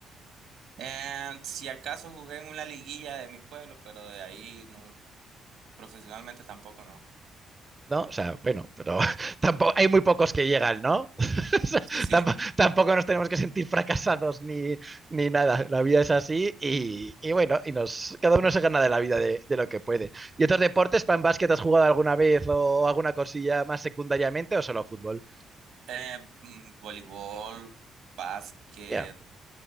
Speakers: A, on the right (about 85°); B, on the right (about 20°).
A: Eh, si acaso jugué en una liguilla de mi pueblo, pero de ahí no, profesionalmente tampoco no.
B: No, o sea, bueno, pero <laughs> tampoco hay muy pocos que llegan, ¿no? <laughs> o
A: Sí, sí.
B: tampoco, tampoco, nos tenemos que sentir fracasados ni, ni nada. La vida es así y, y, bueno, y nos, cada uno se gana de la vida de, de lo que puede. ¿Y otros deportes, pan básquet, has jugado alguna vez o alguna cosilla más secundariamente o solo fútbol?
A: Eh, mm, voleibol, básquet,
B: Ya. Yeah.